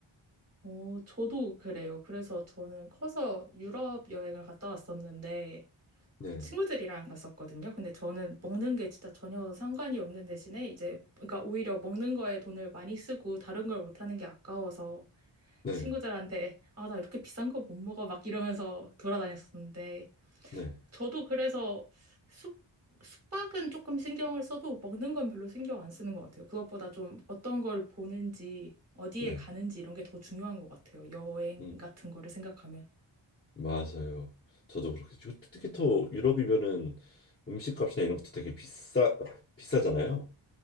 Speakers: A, on the right; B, on the left.
A: 어, 저도 그래요. 그래서 저는 커서 유럽 여행을 갔다 왔었는데
B: 네.
A: 친구들이랑 갔었거든요. 근데 저는 먹는 게 진짜 전혀 상관이 없는 대신에 이제 그러니까 오히려 먹는 거에 돈을 많이 쓰고 다른 걸 못하는 게 아까워서
B: 네,
A: 친구들한테 아, 나 이렇게 비싼 거 못 먹어 막 이러면서 돌아다녔었는데
B: 네,
A: 저도 그래서 숙, 숙박은 조금 신경을 써도 먹는 건 별로 신경 안 쓰는 것 같아요. 그것보다 좀 어떤 걸 보는지, 어디에
B: 네.
A: 가는지 이런 게 더 중요한 것 같아요. 여행
B: 음,
A: 같은 거를 생각하면.
B: 맞아요. 저도 그렇게 쭉- 특히 또 유럽이면은 음식값이나 이런 것도 되게 비싸 비싸잖아요.